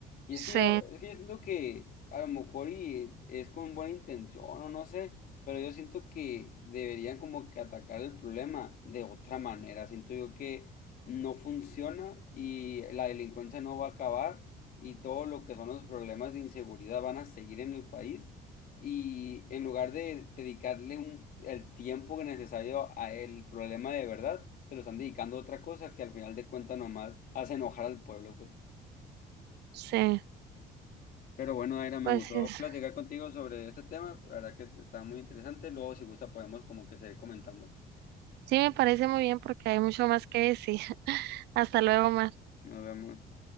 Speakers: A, on the left; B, on the right.
A: Y
B: Sí,
A: es que yo, es que yo siento que a lo mejor y es con buena intención o no sé, pero yo siento que deberían como que atacar el problema de otra manera. Siento yo que no funciona y la delincuencia no va a acabar y todo lo que son los problemas de inseguridad van a seguir en el país y en lugar de dedicarle un, el tiempo necesario a el problema de verdad, se lo están dedicando a otra cosa que al final de cuentas nomás hace enojar al pueblo, pues.
B: sí,
A: Pero bueno, Aira, me
B: pues
A: gustó
B: es-
A: platicar contigo sobre este tema, la verdad que está muy interesante, luego si gusta podemos como que seguir comentando.
B: sí me parece muy bien porque hay mucho más que decir. <laughs> Hasta luego, Mar.
A: Nos vemos.